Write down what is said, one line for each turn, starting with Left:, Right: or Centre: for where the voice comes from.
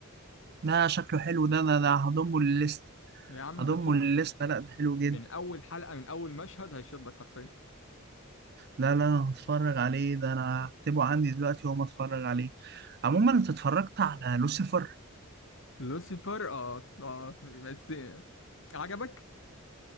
Right: ده شكله حلو ده ده, ده هضمه للليست
Left: يا عم انت
Right: هضمه
Left: تشوف
Right: للليست لا ده حلو جدا
Left: من اول حلقة من اول مشهد هيشدك حرفيا
Right: لا لا انا هتفرج عليه ده انا هكتبه عندي دلوقتي وما اتفرج عليه عموما انت اتفرجت على لوسيفر
Left: لوسيفر اه اه بس عجبك؟